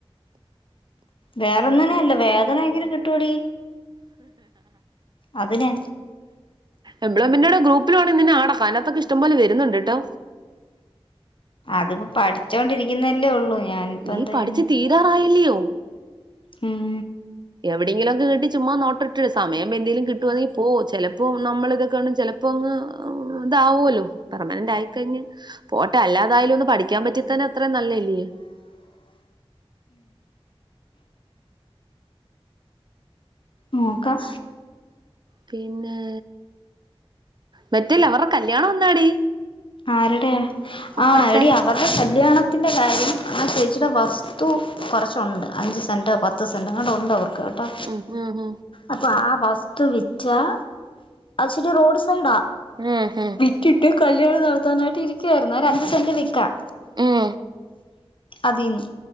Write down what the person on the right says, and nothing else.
എംപ്ലോയ്മെന്റിന്റെ ടെ ഗ്രൂപ്പില് വേണേ നിന്നെ ആഡാക്കാ അയ്‌നകത്തൊക്കെ ഇഷ്ടം പോലെ വരുന്ന്ണ്ട്ട്ടോ
നീ
പഠിച്ച്
തീരാറായില്ലിയോ
എവിടെയെങ്കിലും ഒക്കെ കട്ടി ചുമ്മാ നോട്ട് ഇട്ടു സമയം എന്തേലും കിട്ടു വാണങ്കിൽ പോവും ചിലപ്പോ നമ്മൾ ഇതെക്കെ ചില അപ്പ അങ്ങ് ഇതാവുല്ലോ? പെർമനന്റ് ആയിക്കഴിഞ്ഞ് പോട്ടെ അല്ലാതായാലും ഒന്ന് പഠിക്കാൻ പറ്റിയാൽത്തന്നെ അത്രയും നല്ലല്ലിയോ
പിന്നേ മറ്റേ ലവർടെ കല്യാണം എന്നാടി
അപ്പറത്തെ
ഉം ഉം
ഉം
ഉം